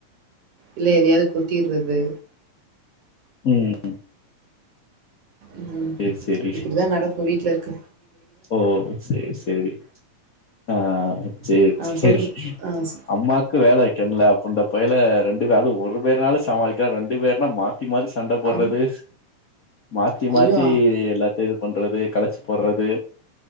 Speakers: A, on the right; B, on the left.
A: இல்ல எதயாவ்து கொட்டிறது
B: ம்
A: ம்
B: சேரி சேரி
A: இப்டிதா நடக்கு வீட்லருக்க
B: ஓ சேர்‌ சேரி ஆ சேர்
A: ஆ
B: சேரி
A: சொல்லுங்க. ஆ ஸ்
B: அம்மாக்கு வேல வெக்கன்ல கொண்ட பயல ரெண்டு பே அது ஒரு பேர்னாது சமாளிக்லா ரெண்டு பேர்னா மா த்தி மாத்தி சண்ட போட்றது
A: அம்
B: மாத்தி
A: ஐயோ!
B: மாத்தி எல்லா த்தியு பண்றது கலச்சு போட்றது